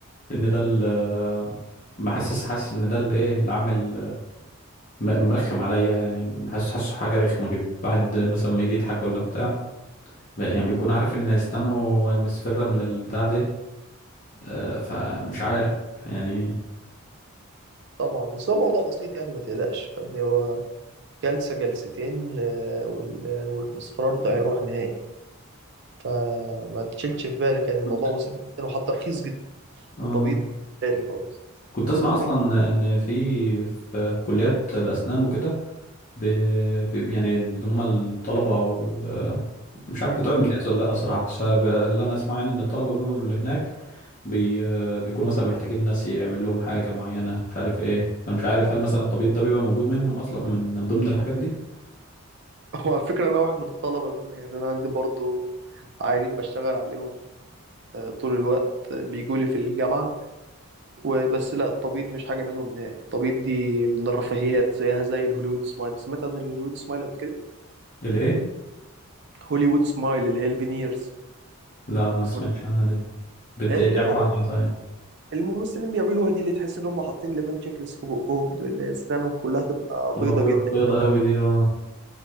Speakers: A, on the left; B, on the right.
A: لان ده ال- محسس حاسس ان ده اللي ايه اللي عامل م-
B: طبعا
A: مرخم عليا يعني حاسس حاسه حاجه رخمه كده الواحد مثلا ما يجي يضحك ولا بتاع يعني بيكون عارف ان اسنانه مصفرة من البتاع ده آه، فمش عارف يعني
B: طبعا بس هو موضوع بسيط يعني ما تقلقش فاهمني هو جلسة جلستين آه، وال- والاصفرار ده هيروح نهائي فما تشيلش في بالك يعني
A: كنت
B: الموضوع بسيط جدا وحتى رخيص جدا
A: آه.
B: طبيب بالي خالص
A: كنت اسمع
B: انت
A: اصلا
B: فاهم
A: ان في في, في كليات الاسنان وكده ب- في يعني اللي هم الطلبه او ال- مش عارف بتوع الامتياز ولا لا الصراحه بس ب- اللي انا اسمعه يعني ان الطلبه بيقولوا اللي هناك بي بيكونوا مثلا محتاجين ناس يعمل لهم حاجه معينه مش عارف ايه انا مش عارف هل مثلا الطبيب ده بيبقى موجود منهم اصلا من ضمن الحاجات دي
B: هو على فكرة أنا واحد من الطلبة دول يعني أنا عندي برضو عيانين بشتغل عليهم آه، طول الوقت آه، بيجولي في الجامعة وبس لا التبيض مش حاجة منهم نهائي التبيض دي من الرفاهيات زيها زي الهوليوود سمايل سمعت عن الهوليوود سمايل قبل كده؟
A: الايه
B: هوليوود سمايل اللي هي الفينيرز
A: لا ما
B: سمعت
A: سمعتش عنها دي بت-
B: اللي
A: دي عباره
B: كل
A: عن ايه طيب
B: الممثلين بيعملوها دي اللي تحس إن هم حاطين لبن تشيكلس في بقهم دول، اللي أسنانهم كلها تبقى
A: تبقى
B: بيضة
A: بيض-
B: جدا
A: بيضه قوي دي اه